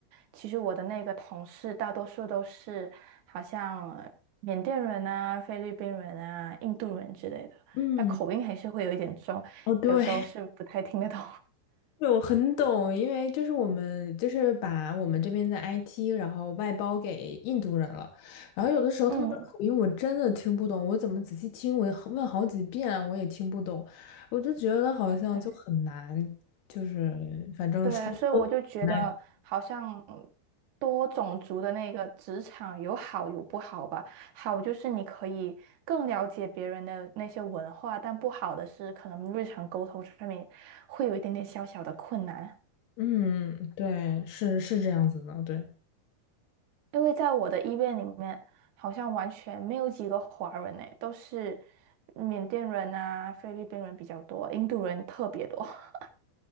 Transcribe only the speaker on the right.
其实我的那个同事大多数都是好像呃缅甸人啊、菲律宾人啊、印度人之类的，
那口音还是会有一点重，
有时候是不太听得懂。
<laughs> 嗯。
对。
对，所以我就觉得好像
多种族的那个职场有好有不好吧。好就是你可以更了解别人的那些文化，但不好的是可能日常沟通上面会有一点点小小的困难。
因为在我的医院里面，好像完全没有几个华人呢，都是缅甸人啊、菲律宾人比较多，印度人特别多。<laughs>